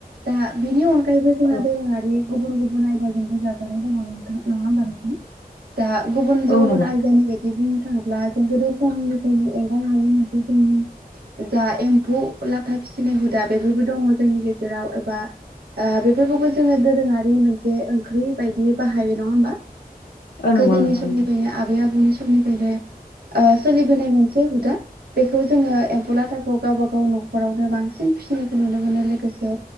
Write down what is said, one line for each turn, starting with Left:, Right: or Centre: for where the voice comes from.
Right: दा बिनि अन गायैबो जोंहा
Left: औ
Right: दोरोङारि गुबुन गुबुन आयदाजोंनो जाजानाय दङ नोंथां। नङा होनबा नोंथां? दा गुबुनजो
Left: औ
Right: गुबुन
Left: नंगौ
Right: आयदानि बायदि बुंनो थाङोब्ला जों गोदो समाहनिफ्रायनो एंगार हायो मोनसे जोंनि जा एम्फौ लाथा फिसिनाय हुदा बेफोरबो दङ जोंनि गेजेराव एबा आ बेफोरखौबो जोङो दोरोङारि मोनसे ओंख्रि बायदियै बाहायो। नङा होमबा?
Left: औ
Right: गोदोनि
Left: नंगौ नोंथां
Right: समनिफ्रायनो आबै आबौनि ओ सोलिबोनाय मोनसे हुदा। बेखौ जोङो एम्फौ लाथाखौ गावबागाव न'खरावनो बांसिन फिसिनायखौ नुनो मोनो। लोगोसे